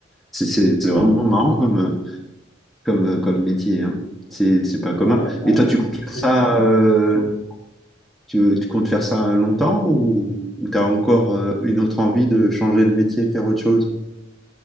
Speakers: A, in the centre; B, on the left.
A: c'est- c'est- c'est vraiment marrant comme, comme, comme métier, hein. C'est c'est pas
B: Ouais,
A: commun.
B: grave.
A: Et toi, tu comptes
B: C'est
A: faire ça,
B: excitant.
A: euh, tu, tu comptes faire ça longtemps ou, tu as encore euh, une autre envie de changer de métier, faire autre chose?